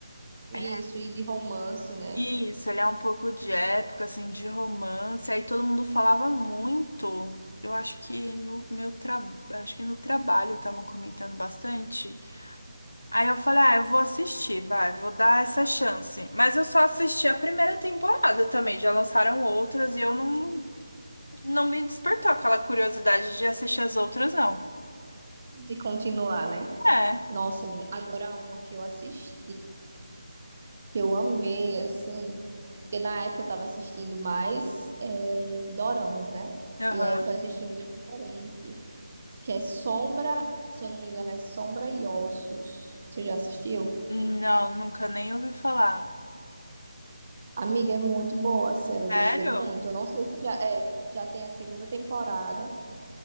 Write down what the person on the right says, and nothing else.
isso,
e de romance, né?
de continuar, né?
Nossa, menina, agora uma que eu assisti, que eu amei, assim, porque na época eu tava assistindo mais é, doramas, né?
E aí eu fui assistir um diferente, que é Sombra, se eu não me engano, é Sombra e Ossos. Você já assistiu?
Amiga, é muito boa, sério, eu
gostei muito. Eu não sei se já é, já tem a segunda temporada.